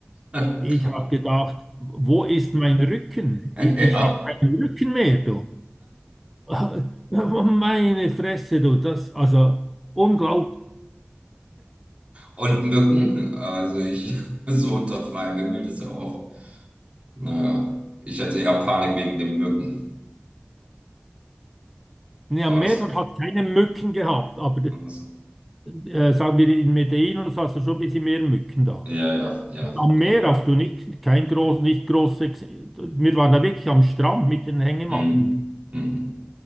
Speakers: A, on the right; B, in the centre.
A: <laughs>
B: ich habe gedacht, wo ist mein Rücken?
A: Ja.
B: Ich, ich habe keinen Rücken mehr, du. <laughs> Meine Fresse, du, das, also unglaublich.
A: Und Mücken, also ich, <laughs> so unter freiem Himmel, das ist ja auch, naja, ich hatte eher Panik wegen den Mücken.
B: Ja,
A: Aber
B: Meerwald
A: das,
B: hat keine Mücken gehabt, aber
A: also,
B: äh, sagen wir, in Medellin hast du schon ein bisschen mehr Mücken da.
A: ja, ja, ja,
B: Am
A: gut.
B: Meer hast du nicht, kein groß, nicht große, wir waren da wirklich am Strand mit den Hängematten.
A: Mhm. Mhm.